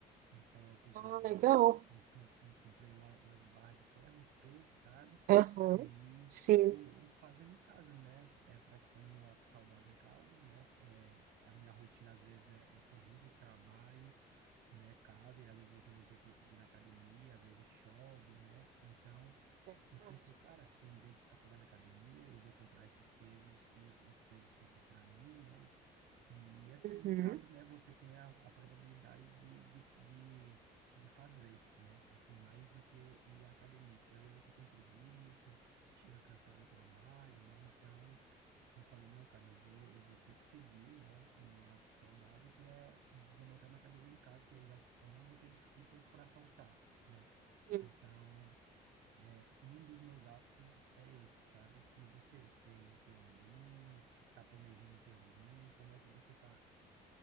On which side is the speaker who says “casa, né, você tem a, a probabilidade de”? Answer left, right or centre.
Right